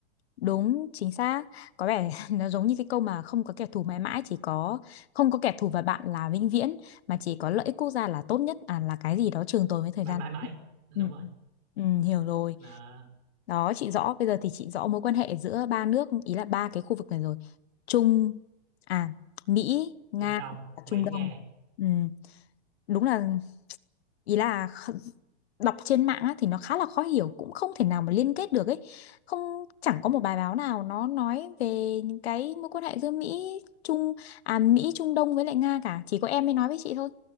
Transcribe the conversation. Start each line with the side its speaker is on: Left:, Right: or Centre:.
Left: đúng chính xác. Có vẻ <laughs> nó giống như cái câu mà không có kẻ thù mãi mãi chỉ có không có kẻ thù và bạn là vĩnh viễn mà chỉ có lợi ích quốc gia là tốt nhất à là cái gì đó trường tồn với thời
Right: mãi
Left: gian.
Right: mãi mãi đúng
Left: Ừ.
Right: rồi
Left: Ừ, hiểu rồi.
Right: là
Left: Đó chị rõ bây giờ thì chị rõ mối quan hệ giữa ba nước ý là ba cái khu vực này rồi. Trung à Mỹ, Nga
Right: Trung Đông
Left: và
Right: Mỹ
Left: Trung Đông.
Right: Nga
Left: Ừ, đúng là ý là đọc trên mạng á, thì nó khá là khó hiểu cũng không thể nào mà liên kết được ấy không chẳng có một bài báo nào nó nói về những cái mối quan hệ giữa Mỹ Trung à Mỹ Trung Đông với lại Nga cả chỉ có em mới nói với chị thôi